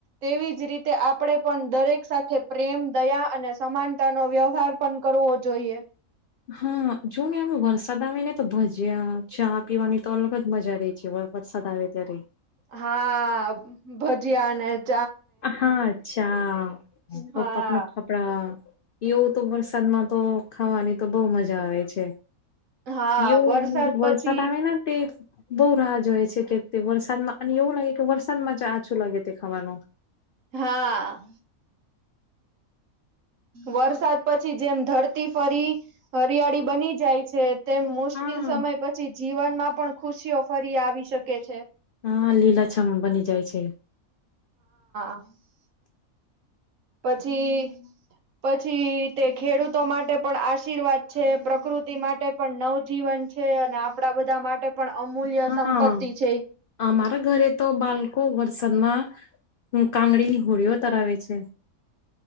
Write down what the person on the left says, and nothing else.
હા, જોઓ ને આમ વરસાદ આવે ને તો ભજીયા, ચા પીવાની તો અલગ જ મજા રે છે. તો વરસાદ આવે ત્યારે
હા, અચ્છા પપ
પપના કપડા. <unintelligible> એવું તો વરસાદમાં તો ખાવાની તો બઉ મજા આવે છે.
એવું વરસાદ
આવે ના તે બઉ રાહ જોય છે કે, તે વરસાદમાં અને એવું લાગે કે વરસાદમાં જ આછું લાગે તે ખાવાનું.
હા.
હા, લીલા છમ બની જાય છે.
હા,
અમારા ઘરે તો બાલકો વરસાદમાં કાંગડીની હોળીઓ તરાવે છે.